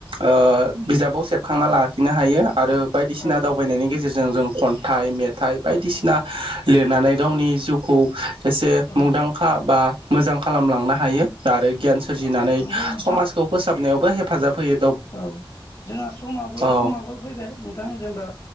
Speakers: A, on the right; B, on the left.
A: ओ बिजाबाव सेबखांना लाखिनो हायो आरो बायदिसिना
B: औ
A: दावबायनायनि गेजेरजों जों जों खन्थाइ मेथाइ बायदिसिना लिरनानै गावनि जिउखौ जसे
B: औ
A: मुंदांखा बा मोजां खालामलांनो हायो दारै गियान सोरजिनानै
B: औ नंगौ नोंथां
A: समाजखौ फोसाब बो हेफाजाब होयो
B: औ जोंहा समाबो
A: औ
B: समाबो फैबाय नोंथां जेनेबा